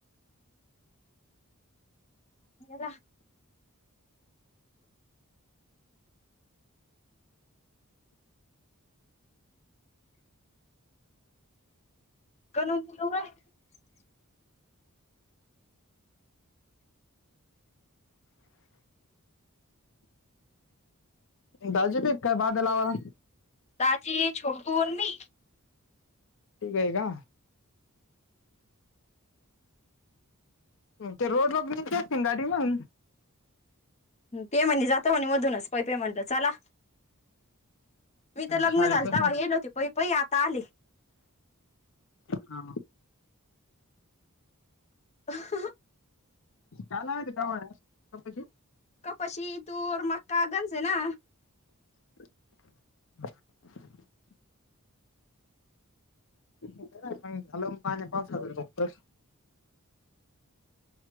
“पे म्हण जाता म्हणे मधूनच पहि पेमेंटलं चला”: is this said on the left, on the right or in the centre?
Left